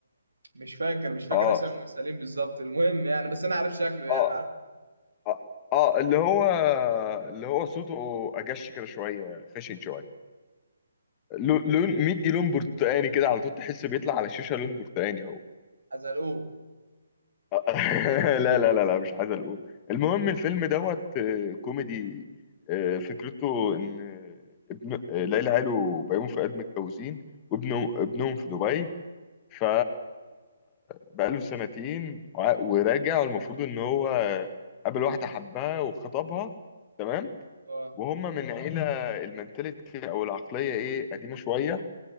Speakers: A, on the right (about 80°); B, on the left (about 25°).
A: مش فاكر مش فاكر
B: آه
A: أسامي الممثلين بالظبط المهم يعني بس أنا عارف شكله يعني
B: آه
A: عارف
B: آه آه اللي هو اللي هو صوته أجش كده شوية خشن شوية لو- لون مدي لون برتقاني كده على طول تحس بيطلع على الشاشة لون برتقاني هو
A: حزلقوه
B: <laughs> لا لا لا لا مش عايز اقول المهم الفيلم دوت آه، كوميدي آه، فكرته ان آه، ابن آه، ليلى علو وبيومي فؤاد متجوزين وابنه ابنهم في دبي ف بقاله سنتين وع- وراجع والمفروض ان هو قابل واحده حبها وخطبها تمام
A: اه
B: وهم من عيله المنتاليتي او العقليه ايه قديمه شويه